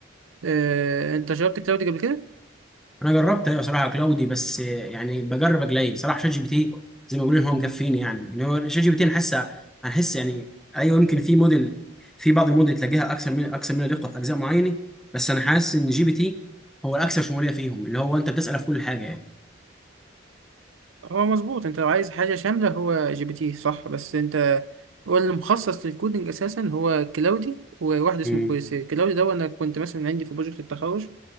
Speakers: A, on the right (about 80°); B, in the centre.
A: أه... أنت جربت كلاودي قبل كده؟
B: انا جربت ايوه صراحه كلاودي بس يعني بجرب قليل صراحه شات جي بي تي زي ما بيقولوا هو مكفيني يعني ان هو شات جي بي تي نحس هنحس يعني ايوه يمكن في موديل في بعض الموديل تلاقيها اكثر من اكثر منها دقه في اجزاء معينه بس انا حاسس ان جي بي تي هو الاكثر شموليه فيهم اللي هو انت بتساله في كل حاجه يعني
A: هو مظبوط أنت لو عايز حاجة شاملة هو جي بي تي صح بس أنت هو اللي مخصص للكودينج أساسا هو كلاودي وواحد اسمه
B: مم.
A: كويسير كلاودي ده أنا كنت مثلا عندي في بروجكت التخرج